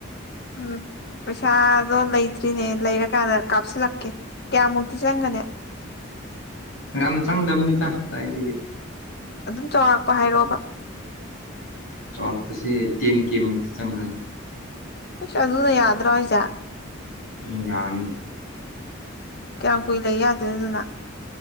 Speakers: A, on the left; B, on the left.
A: ꯎꯝ ꯄꯩꯁꯥꯗꯣ ꯂꯩꯇ꯭ꯔꯤꯅꯦ ꯂꯩꯔꯀꯥꯟꯗ ꯀꯥꯞꯁꯤꯜꯂꯛꯀꯦ ꯀꯌꯥꯃꯨꯛꯇꯤ ꯆꯪꯒꯅꯤ
B: ꯌꯥꯝ ꯆꯪꯗꯝꯅꯤꯗ ꯗꯥꯏꯗꯒꯤ
A: ꯑꯗꯨꯝ ꯆꯥꯎꯔꯥꯛꯄ ꯍꯥꯏꯔꯣꯕ
B: ꯆꯥꯎꯥꯛꯄꯁꯦ ꯇꯦꯟ ꯀꯦ ꯃꯨꯛꯇꯤ ꯆꯪꯈ꯭ꯔꯅꯤ
A: ꯑꯩꯁ ꯑꯗꯨꯅ ꯌꯥꯗ꯭ꯔꯣ ꯑꯩꯁꯦ
B: ꯗꯨꯅꯤꯌꯥꯅꯤ
A: ꯀꯌꯥꯝ ꯀꯨꯏ ꯂꯩ ꯌꯥꯗꯣꯏꯟ ꯑꯗꯨꯅ